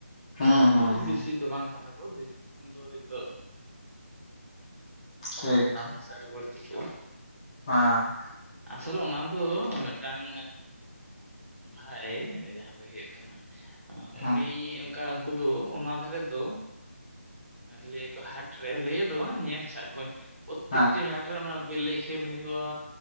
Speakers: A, on the left; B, on the right.
A: ᱦᱩᱸ ᱦᱩᱸ ᱦᱩᱸ
B: ᱫᱮᱥᱤ ᱫᱚ ᱵᱟᱝ ᱠᱟᱱᱟ ᱠᱚ ᱫᱮᱥᱤ ᱠᱷᱟᱱ ᱫᱚ ᱦᱚᱭᱛᱳ
A: ᱴᱷᱤᱠ
B: ᱫᱟᱢ
A: ᱴᱷᱤᱠ
B: ᱢᱟᱥᱮᱫ ᱟᱨᱦᱚ ᱵᱟᱹᱲᱛᱤ ᱠᱚᱜ-ᱟ᱾
A: ᱦᱮᱸ
B: ᱟᱥᱚᱞᱮ ᱚᱱᱟ ᱫᱚ ᱢᱤᱫᱴᱟᱝ ᱵᱷᱟᱭ ᱡᱟᱦᱟᱸ ᱫᱚᱭ ᱦᱩᱭᱩᱜ ᱠᱟᱱᱟ
A: ᱦᱮᱸ
B: ᱩᱱᱤ ᱚᱱᱠᱟ ᱩᱱᱠᱩ ᱫᱚ ᱚᱱᱟ ᱫᱷᱟᱨᱮ ᱫᱚ ᱞᱟᱹᱭᱠᱚ ᱦᱟᱴᱨᱮ ᱞᱟᱹᱭ ᱫᱚ ᱵᱟᱝ ᱧᱮᱞ ᱟᱠᱟᱫ ᱠᱚᱣᱟᱧ ᱯᱨᱚᱛᱮᱠᱴᱤ
A: ᱦᱮᱸ
B: ᱦᱟᱴ ᱨᱮ ᱚᱱᱟ ᱵᱮᱞᱮ ᱠᱷᱮᱞ ᱦᱩᱭᱩᱜ-ᱟ